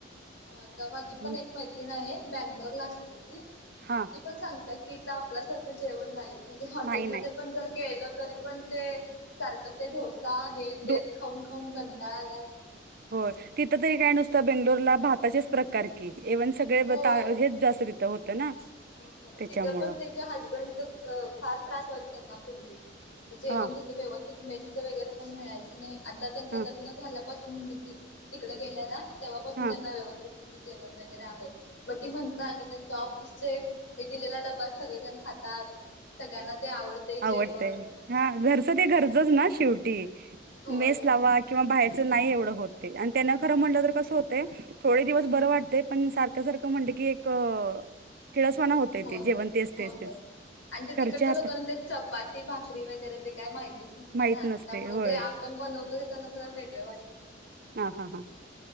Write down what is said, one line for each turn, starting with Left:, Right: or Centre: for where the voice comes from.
Left: हो आता माझी पण
Right: हम्म,
Left: एक मैत्रिण आहे बँंगलोर ला असते
Right: हा
Left: ते पण सांगता की इथं आपल्यासारखं जेवण नाही म्हणजे हॉटेलमध्ये
Right: नाही नाही
Left: पण जर गेलं तरी पण ते सारखं ते डोसा आहे तेच
Right: डो
Left: खाऊन खाऊन कंटाळा आलाय
Right: होय तिथं तरी काय नुसतं बेंगलोरला भाताचेच प्रकार की इव्हन सगळे
Left: होय.
Right: हेच जास्त तिथं होतं ना
Left: हो
Right: त्याच्यामुळं
Left: तिच्या पण तिच्या हसबंडच फार त्रास होत त्यांना पूर्वी जेवण
Right: हा
Left: तिथ व्यवस्थित मेसच वगैरे पण मिळायचं नाही आता त्यांच
Right: हा
Left: लग्न झालं म्हणजे तिकडे गेल्या ना तेव्हापासून
Right: हा
Left: त्यांना व्यवस्थित व्यवस्थित जेवण वगैरे आहे पण ती म्हणते ना मी दिलेला डबा सगळेजण खातात सगळ्यांना ते आवडते जेवण
Right: आवडतय हा घरचं ते घरचच ना शेवटी
Left: होय
Right: मेस
Left: होय
Right: लावा किंवा बाहेर नाही एवढं होत ते आणि त्यांना खरं म्हटलं तर कसं होतंय थोडे दिवस बरं वाटतंय आणि सारखं सारखं म्हटलं की एक किळसवाणा होतय
Left: होय
Right: ते जेवन
Left: होय
Right: तेच तेच
Left: होय
Right: तेच
Left: होय आणि तिकडच्या
Right: घरच्या हात
Left: लोकांना ते चपाती भाकरी वगैरे ते काय माहिती त्यामुळे
Right: माहित नसते होय
Left: ते आपण बनवतो त्यांना वेगळे वाटत
Right: हा हा हा